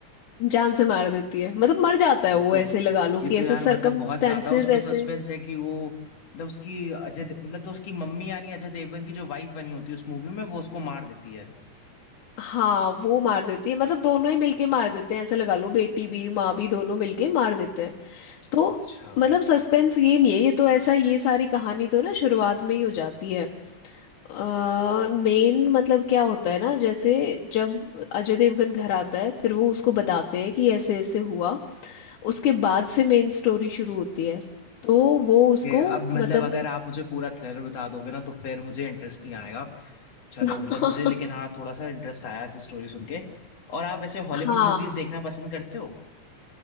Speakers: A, on the left; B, on the left.
A: जान से मार देती है मतलब मर जाता
B: ये
A: है वो
B: तो
A: ऐसे लगा लो
B: ये
A: कि
B: तो
A: ऐसे
B: यार
A: सरकमस्टेंसेस
B: मतलब बहुत ज्यादा उस पे
A: ऐसे
B: सस्पेंस है कि वो मतलब उसकी अजय दे- मतलब तो उसकी मम्मी यानी अजय देवगन की जो वाइफ बनी होती है उस मूवी में वो उसको मार देती है
A: हाँ वो मार देती है मतलब दोनों ही मिलके मार देते हैं ऐसे लगा लो बेटी भी माँ भी दोनों मिलके मार देते हैं तो
B: अच्छा
A: मतलब सस्पेंस ये नहीं है ये तो ऐसा ये सारी कहानी तो ना शुरुआत में ही हो जाती है आ, मेन मतलब क्या होता है ना जैसे जब अजय देवगन घर आता है फिर वो उसको बताते हैं कि ऐसे ऐसे हुआ उसके बाद से मेन स्टोरी शुरू होती है तो वो उसको
B: कि अब मतलब
A: मतलब
B: अगर आप मुझे पूरा थ्रिलर बता दोगे ना तो फिर मुझे इंटरेस्ट नहीं आएगा चलो
A: <laughs>
B: मतलब मुझे लेकिन हाँ थोड़ा सा इंटरेस्ट आया इस स्टोरी सुन के और आप वैसे हॉलीवुड
A: हाँ
B: मूवीज देखना पसंद करते हो